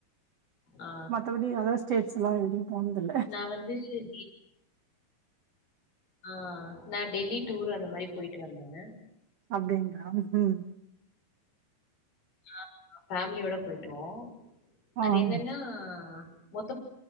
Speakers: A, on the left; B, on the right.
A: ஆ.
B: மத்தபடி அதர் ஸ்டேட்ஸ்ல்லா எதுலியு போனதுல்ல
A: நான் வந்து இப்டி ஆ நா டெல்லி டூரு அந்த மாரி போயிட்டு வந்தேங்க
B: அப்டிங்ளா ம்
A: நாங்க பேமிலியோட போயிட்டோ
B: ஆ
A: அது என்னன்னா
B: ம்
A: மொத்த